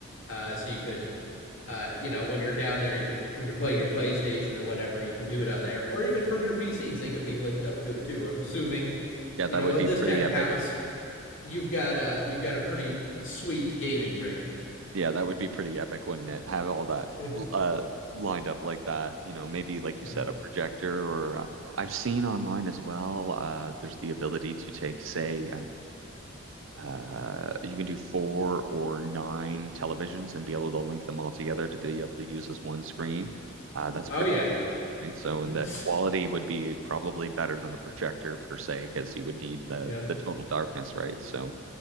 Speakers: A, on the left (about 75°); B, on the right (about 70°).
A: uh, so you could, uh, you know, when you're down there, you could when you're playing your PlayStation or whatever, you can do it on there, or even from your PCs, they could be linked up to it too. I'm assuming,
B: Yeah,
A: you
B: that
A: know,
B: would
A: with
B: be
A: this
B: pretty
A: kind of
B: epic.
A: house, you've got a you've got a pretty sweet gaming rig.
B: Yeah, that would be pretty epic, wouldn't it? Have all that
A: <laughs>
B: uh lined up like that, you know, maybe like
A: Yeah.
B: you said, a projector or uh, I've seen online as well, uh there's the ability to take, say, um uh you can do four or nine televisions and be able to link them all together to be able to use as one screen. Uh that's
A: Oh
B: pretty
A: yeah.
B: right. So and
A: <laughs>
B: the quality would be probably better than a projector per se, because you would need the
A: Yeah.
B: the total darkness, right? So